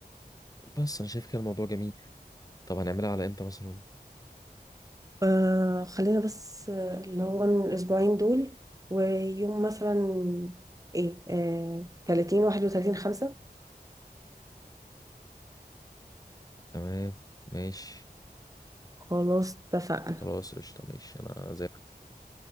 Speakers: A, on the left; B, on the right.
A: بس انا شايف كده الموضوع جميل طب هنعملها على امتى مثلا
B: آه خلينا بس آه، اللي هو الأسبوعين دول ويوم مثلا إيه آه 30 31 5
A: تمام ماشي
B: خلاص اتفقنا
A: خلاص قشطة ماشي أنا زي ما كده.